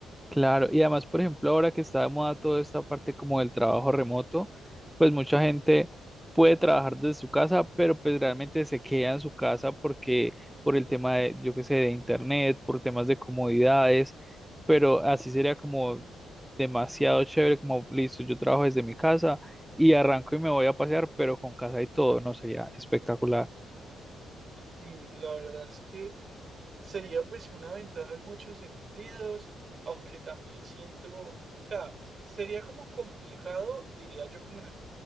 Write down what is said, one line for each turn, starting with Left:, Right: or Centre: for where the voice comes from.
Centre: Claro, y además, por ejemplo, ahora que está de moda toda esta parte como del trabajo remoto, pues mucha gente puede trabajar desde su casa, pero pues realmente se queda en su casa porque por el tema de, yo qué sé, de internet, por temas de comodidades, pero así sería como demasiado chévere, como listo, yo trabajo desde mi casa y arranco y me voy a pasear, pero con casa y todo, no sería espectacular.
Right: Y la verdad es que... Sería pues una ventaja en muchos sentidos, aunque también siento, o sea, sería como complicado, diría yo, como en el